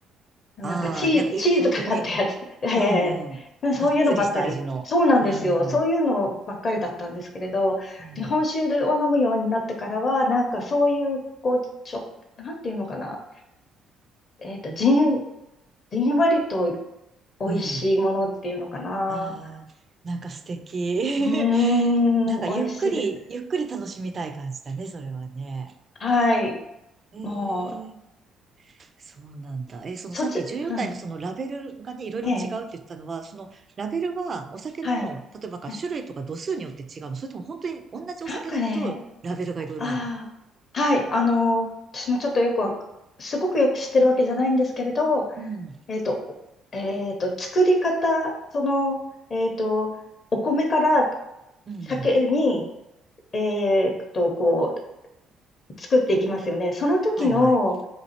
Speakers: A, on the left (about 45°); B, on the right (about 40°).
A: なんかチー、
B: ああ、なんかい、
A: チーズかかったやつ、
B: 本当にね、
A: <laughs> ええそういうのばっかり。
B: うんうん。がっつりした味の。
A: そうなんですよ。
B: うん。
A: そういうのばっかりだったんですけれど、
B: うん。
A: 日本酒を飲むようになってからは、なんかそういう、こう、ちょ、なんていうのかな、えっと、じん、じんわりと美味しいものっていうのかな。
B: うん。ああ、なんか素敵。<laughs>
A: うーん、
B: なんかゆっくり、
A: 美味しいです。
B: ゆっくり楽しみたい感じだね、それはね。
A: はい。
B: へえ。
A: もう、
B: そうなんだ。え、そのさっき14代のそのラベルがね、
A: そっち、うん。
B: いろいろ違うって言ったのは、
A: ええ。
B: そのラベルはお酒の、
A: はい。
B: 例えばか種類とか度数によって違うのそれとも本当に同じお酒だけど、
A: はい。なんかね、
B: ラベルがいろいろあるの
A: ああ、はい。あの、私もちょっとよくわ、すごくよく知ってるわけじゃないんですけれど、
B: うん、
A: えっと、えっと、作り方、その、えっと、お米から
B: うん。
A: 酒に、えっと、こう、作っていきますよね。その時の、
B: はいはい。